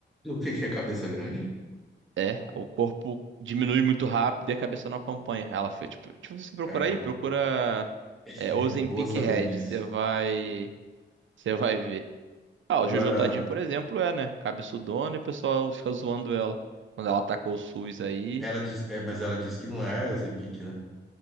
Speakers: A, in the centre; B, on the right.
A: O que que é cabeça grande?
B: É, o corpo diminui muito rápido e a cabeça não acompanha. Ela foi tipo, tipo você procurar
A: É,
B: aí, procura é,
A: <laughs>
B: Ozempic
A: boa saber
B: Head,
A: disso.
B: você vai você vai ver. Ah,
A: Agora,
B: o Jojo Tadinho, por exemplo, é, né? Cabeçudona e o pessoal fica zoando ela. Quando ela atacou o SUS aí.
A: ela diz, é, mas ela diz que não é Ozempic, né?